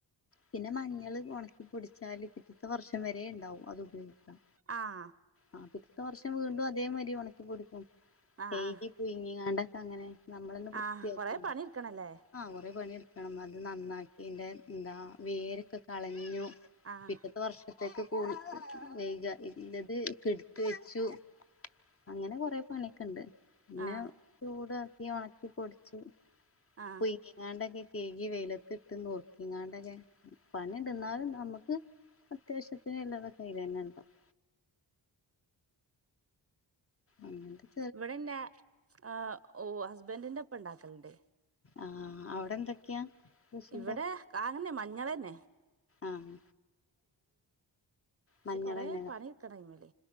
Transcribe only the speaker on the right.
ആഹ്
ആഹ്
ആഹ്
ആഹ് കൊറേ പണി ഇട്ക്കണല്ലേ
ആഹ്
ആഹ്
ആഹ്
ഇവിടെ എന്റെ ആ ഓ ഹസ്ബൻറിന്റെ ഇപ്പൊണ്ടാക്കല്ണ്ട്
ഇവിടെ കാങ്ങനെ മഞ്ഞളന്നെ
പക്ഷെ
കൊറേ പണി എടുക്കണം അയ്മല്